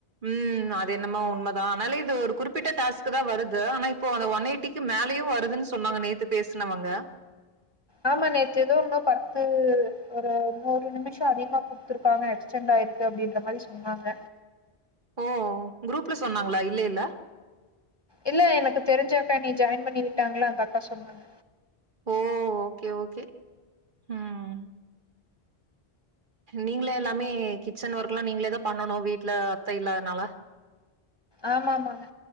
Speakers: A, on the right; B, on the left.
A: ம் அது என்னமோ உண்மதா ஆனாலு இது ஒரு குறிப்பிட்ட டாஸ்கு தா வருது ஆனா இப்போ அந்த ஒன் எயிட்டி மேலயு வருதுன் சொன்னாங்க நேத்து பேச்னவங்க
B: ஆமா நேற்று ஏதோ இன்னு பத்து ஒரு நூறு நிமிஷோ அதிகமா குத்துருப்பாங்க எக்ஸ்டெண்ட் ஆயிருக்கு அப்டின்ற மாரி சொன்னாங்க
A: ஓ குரூப்ல சொன்னாங்ளா இல்லேல்ல
B: இல்ல எனக்கு தெரிஞ்ச அக்கா என்னய ஜாயின் பண்ணி விட்டாங்ளா அந்த அக்கா சொன்னாங்க
A: ஓ ஓகே ஓகே ம் நீங்ளே எல்லாமே கிச்சன் ஒர்க்லா நீங்ளே தா பண்ணனு வீட்ல அத்தை இல்லாத்னால
B: ஆமாமாங்க